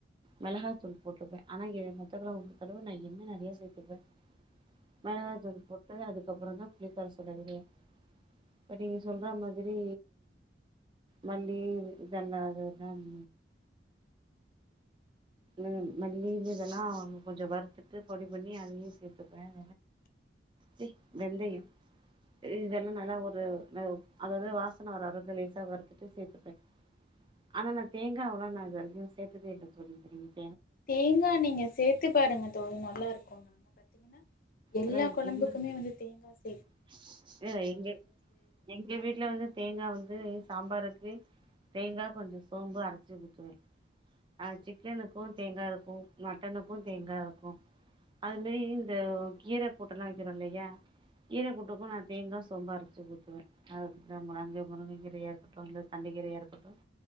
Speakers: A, on the right; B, on the left.
A: மெளகா தூள் போட்ருப்பேன் ஆனா எ <unintelligible> கடவ நான் என்ன நறையா சேத்துப்பேன் மிளகாய் தூல் போட்டு அதுக்கப்புறம் தான் <unintelligible> இப்ப நீங்க சொல்ற மாதிரி மல்லி இதெல்லாம்துல்லாம் ம் மல்லி இது இதெல்லாம் கொஞ்சம் வருத்துட்டு பொடி பண்ணி அதையும் சேர்த்துப்பேன் <unintelligible> வெந்தயம் இது இதெல்லாம் நல்லா ஒரு வாவு அதாவது வாசன வர அளவுக்கு லேசா வறுத்துட்டு சேர்த்துப்பேன் ஆனா நான் தேங்காவளாம் நான் இது வரைக்கும் சேர்த்ததே இல்ல தோழி சரி
B: தேங்காய் நீங்க சேர்த்து பாருங்க தோழி நல்லா இருக்கும் நாங்க பாத்தீங்ன்னா எல்லா
A: அதா
B: கொழம்புக்குமே
A: தேங்கா
B: வந்து தேன்ங் பஸ்
A: <inaudible> எங்க எங்க வீட்டுல வந்து தேங்காய் வந்து சாம்பாருக்கு தேங்காய் கொஞ்சம் சோம்பு அரைச்சி ஊத்துவேன் ஆஹ் சிக்கனுக்கும் தேங்காய் இருக் மட்டனுக்கும் தேங்கா இருக்கும் அது மாரி இந்த கீரை கூட்டலாம் வைக்கிறோம் இல்லையா கீரை குட்டுக்கும் நான் தேங்க சேம்ப அரைச்சு கொடுத்துவேன் அஹ முழங்கு முருங்க கீரை ஏற்பட்டும் தண்டு கிறையா இருக்கட்டும்